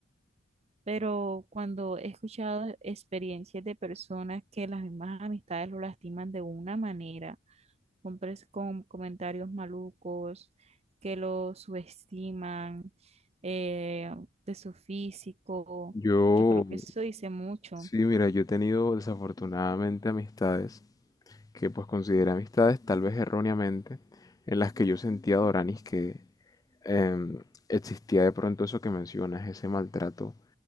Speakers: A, on the right; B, on the left.
A: Pero cuando he escuchado experiencias de personas que las mismas amistades lo lastiman de una manera hombres con comentarios malucos, que lo subestiman, eh, de su físico.
B: Yo,
A: Yo creo que eso dice mucho.
B: sí, mira, yo he tenido desafortunadamente amistades que pues consideré amistades tal vez erróneamente, en las que yo sentía, Doranis, que em, existía de pronto eso que mencionas, ese maltrato